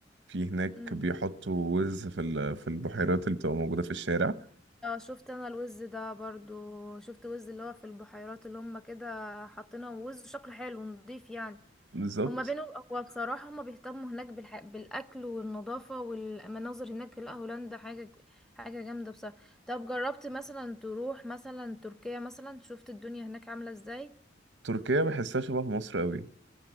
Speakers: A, on the right; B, in the centre.
A: في هناك
B: امم
A: بيحطوا وز في ال- في البحيرات اللي بتبقى موجودة في الشارع
B: اه شفت أنا الوز ده برضو شفت وز اللي هو في البحيرات اللي هما كده حاطينه وز شكله حلو ونضيف يعني
A: بالظبط
B: هما بينه هو بصراحة هما بيهتموا هناك بالح... بالأكل والنظافة والمناظر هناك لا هولندا حاجة حاجة جامدة بصراحة طب جربت مثلا تروح مثلا تركيا مثلا شفت الدنيا هناك عاملة ازاي
A: تركيا بحسها شبه مصر قوي